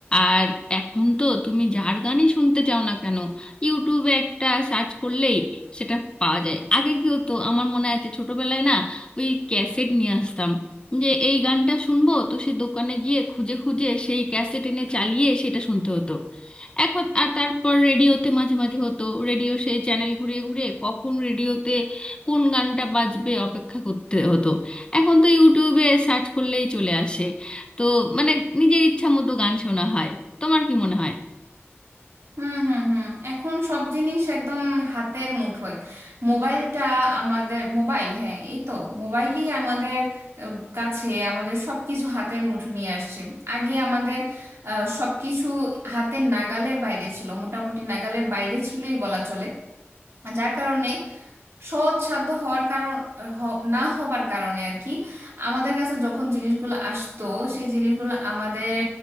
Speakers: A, on the left (about 20°); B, on the right (about 70°).
A: আর এখন তো তুমি যার গানই শুনতে চাও না কেন ইউটিউবে একটা সার্চ করলেই সেটা পাওয়া যায় আগে কি হতো আমার মনে আছে ছোটবেলায় না ওই ক্যাসেট নিয়ে আসতাম যে এই গানটা শুনবো তো সেই দোকানে গিয়ে খুঁজে খুঁজে সেই ক্যাসেট এনে চালিয়ে সেটা শুনতে হতো এখন আর তারপর রেডিওতে মাঝে মাঝে হতো রেডিও সেই চ্যানেল ঘুরিয়ে ঘুরিয়ে কখন রেডিওতে কোন গানটা বাজবে অপেক্ষা করতে হতো এখন তো ইউটিউবে সার্চ করলেই চলে আসে তো মানে নিজের ইচ্ছা মতো গান শোনা হয় তোমার কি মনে হয়
B: হুম হুম হুম এখন সব জিনিস একদম হাতের মুঠোয় মোবাইলটা আমাদের মোবাইল হ্যাঁ এই তো মোবাইলই আমাদের আহ, কাছে আমাদের সব কিছু হাতের মুঠো নিয়ে আসছে আগে আমাদের আহ, সব কিছু হাতের নাগালের বাইরে ছিল মোটামুটি নাগালের বাইরে ছিলই বলা চলে যার কারণে সৎসাধ্য হওয়ার কারণ হ- না হবার কারণে আর কি আমাদের কাছে যখন জিনিসগুলো আসতো সেই জিনিসগুলো আমাদের